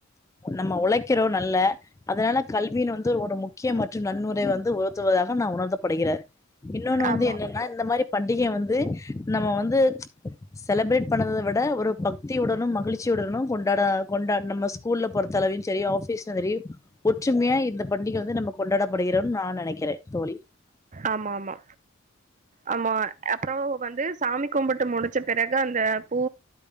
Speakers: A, on the left; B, on the right.
A: நம்ம உழைக்கிறோ நல்ல அதனால கல்வீன் வந்த் து ஒரு முக்கிய மற்றும் நன்முறை வந்து உறுத்துவதாக நா உணர்த்தப்படுகிறே இன்னொன்னு வந்து
B: ஆமா
A: என்னன்னா இந்த மாரி பண்டிகை வந்து நம்ம வந்து செலப்ரேட் பண்ணத விட ஒரு பக்தியுடனு மகிழ்ச்சியுடனு கொண்டாட கொண்டாட் நம்மஸ் ஸ்கூல்ல பொறுத்தளவையு சரி ஆபீஸ்ல தரீவ் ஒற்றுமையா இந்த பண்டிகை வந்து நம்ம கொண்டாடப்படுகிறோன் நா நெனைக்கிறே தோழி
B: ஆமா ஆமா ஆமா அப்றோ வந்து சாமி கும்புட்டு முடிச்ச பிறகு அந்த பூ